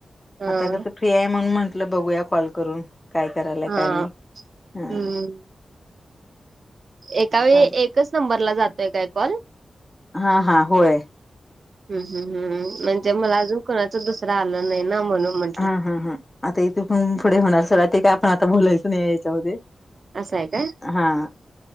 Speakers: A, on the right; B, on the left.
A: हा
B: आता कसं फ्री आहे, म्हणून म्हंटलं बघूया कॉल करून. काय करायलाय
A: हा
B: काय नाही? हा.
A: हम्म एका वेळी
B: चालेल
A: एकच नंबरला जातोय काय कॉल?
B: हा हा होय.
A: हम् हम् हम् म्हणजे मला अजून कोणाचा दुसरा आला नाही ना, म्हणून म्हंटलं
B: हा हा ह आता इथ पण पुढे होणार सोडा, ते काय आपण आता बोलायचं नाही याच्यामध्ये
A: असं हाय काय
B: हा